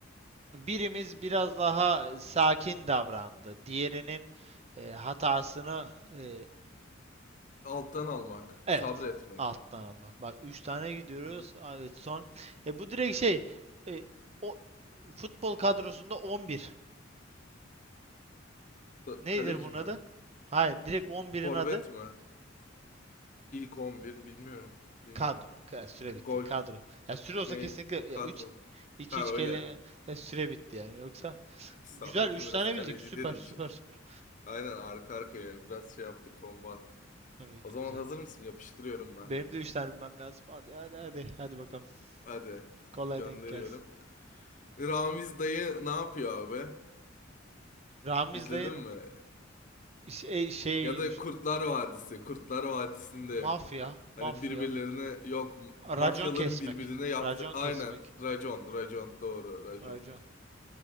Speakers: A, on the right; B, on the left.
A: birimiz biraz daha sakin davrandı. Diğerinin e, hatasını e,
B: Alttan almak.
A: evet
B: Sabretmek.
A: alttan almak. Bak 3 tane gidiyoruz.
B: Hı hı.
A: Evet son. E, bu direkt şey e, o futbol kadrosunda 11.
B: Ka-
A: Nedir
B: Kaleci
A: bunun
B: mi?
A: adı? Hayır direkt on birin
B: Forvet
A: adı.
B: mi? İlk 11 bilmiyorum. Bilmiyorum.
A: Kadro. Ka- Süre bitti.
B: Gol
A: Kadro. Ya süre olsa
B: ne?
A: kesinlikle ya
B: Kadro.
A: 3 2
B: Ha
A: 3
B: öyle.
A: kere ya süre bitti yani. Yoksa
B: <laughs> Salladım
A: güzel 3
B: biraz
A: tane
B: kaleci
A: bildik. Süper
B: dedi
A: süper
B: hiç.
A: süper.
B: Aynen arka arkaya biraz şey yaptık, combo attık.
A: Evet
B: O zaman
A: güzel.
B: hazır mısın? Yapıştırıyorum ben.
A: Benim de 3 tane bilmem lazım. Hadi hadi hadi. Hadi bakalım.
B: Hadi
A: Kolay
B: gönderiyorum.
A: denk gelsin.
B: Ramiz dayı ne yapıyor abi?
A: Ramiz
B: İzledin
A: dayın
B: mi?
A: iş- e, şey,
B: Ya da
A: iş-
B: Kurtlar Vadisi. Kurtlar Vadisi'nde
A: mafya
B: hani
A: mafya
B: birbirlerine yok
A: racon
B: mafyaların
A: kesmek.
B: birbirine yaptı.
A: Racon
B: Aynen
A: kesmek.
B: racon racon doğru racon.
A: Racon.